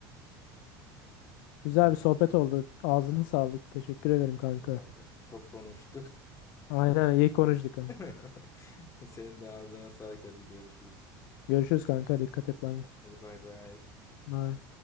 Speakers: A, on the left; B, on the left.
A: Güzel
B: Ay,
A: bir sohbet oldu. Ağzına sağlık. Teşekkür ederim kanka.
B: vallahi çok konuştuk.
A: Aynen iyi konuştuk. kanka.
B: <laughs> Senin de ağzına sağlık. Hadi görüşürüz.
A: Görüşürüz kanka. Dikkat et. Bay bay.
B: Hadi bay bay.
A: Bay.